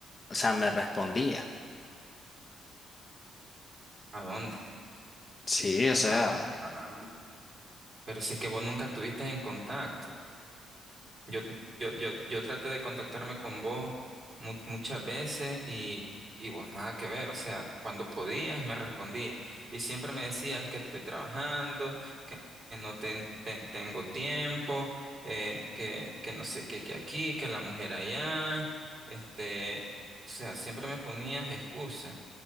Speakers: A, on the left; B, on the right.
A: o sea, me respondía.
B: ¿a dónde?
A: Sí, o sea,
B: ¿A dónde? ¿A a dónde? Pero si es que vos nunca estuviste en contacto. Yo, yo, yo, yo traté de contactarme con vos mu- muchas veces y, y vos nada que ver, o sea, cuando podías me respondías y siempre me decías "Es que estoy trabajando, que que no ten- te- tengo tiempo, eh, que, que no sé qué, que aquí, que la mujer allá, este, o sea, siempre me ponías excusas.